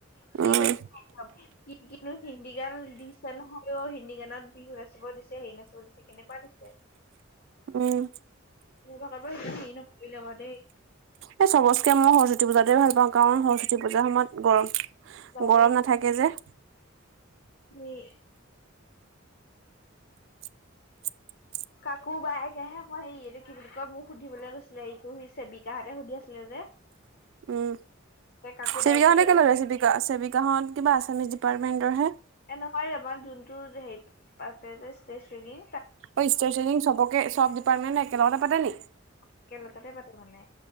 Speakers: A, on the left; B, on the right.
A: সি
B: উম
A: বেছি একদম সি কিন্তু হিন্দী গান দিছে নহয় ইয় হিন্দী গানত বিহু নাচিব দিছে হেৰি নাচিব দিছে কেনেকুৱা দিছে
B: উম
A: মোৰ ভাগত বাৰু সিমান হেৰি নপৰিলে বাঅ দেই
B: এ চবতকে মই সৰস্বতী পূজাতে ভাল পাওঁ কাৰণ সৰস্বতী পূজাৰ সময়ত গৰম
A: বায়েকে
B: গৰম নাথাকে যে
A: সেই
B: <unintelligible>
A: কাকো বাইকেহে কয় এইটো কি বুলি কয় মোক সুধিবলে গৈছিলে এইটো সি চেবিকাহঁতে সুধি আছিলে যে
B: উম
A: তে কাকো
B: চেৱিকা
A: বায়েকে কৈছে
B: হতে কেলে
A: এই
B: গৈছিলে চেৱিকা চেৱিকা হত কিবা আছামিছ ডিপাৰ্টমেন্টৰ হে
A: এ নহয় আমাৰ যোনটো হেৰি পাতে যে ষ্ট্ৰেচ শ্ৰেণী
B: অ ষ্ট্ৰেচেনিং সবকে চব ডিপাৰ্টমেণ্ট একেলগতে পাতে নি।
A: একেলগতে পাতে মানে